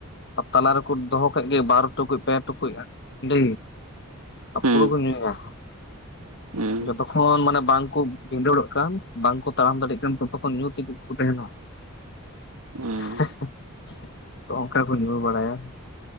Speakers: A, on the left (about 50°); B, on the right (about 85°).
A: ᱟᱨ ᱛᱟᱞᱟ ᱨᱮᱠᱚ ᱫᱚᱦᱚ ᱠᱮᱫ ᱜᱮ ᱵᱟᱨ ᱴᱩᱠᱩᱡ ᱯᱮ ᱴᱩᱠᱩᱡᱼᱟ ᱦᱟᱺᱰᱤ
B: ᱦᱩᱸ
A: ᱯᱩᱨᱟᱹ ᱠᱚ ᱧᱩᱭᱟ
B: ᱦᱩᱸ
A: ᱡᱚᱛᱚ ᱠᱷᱚᱱ ᱢᱟᱱᱮ ᱵᱟᱝᱠᱚ ᱵᱷᱤᱸᱰᱟᱹᱲᱚᱜ ᱠᱟᱱ ᱵᱟᱝᱠᱚ ᱛᱟᱲᱟᱢ ᱫᱟᱲᱮᱭᱟᱜ ᱠᱟᱱ ᱛᱚᱛᱚ ᱠᱷᱚᱱ ᱧᱩ ᱛᱮᱜᱮ ᱠᱚᱠᱚ ᱛᱟᱦᱮᱱᱟ᱾
B: ᱦᱩᱸ
A: <unintelligible> ᱚᱱᱠᱟ ᱠᱚ ᱧᱩ ᱵᱟᱲᱟᱭᱟ᱾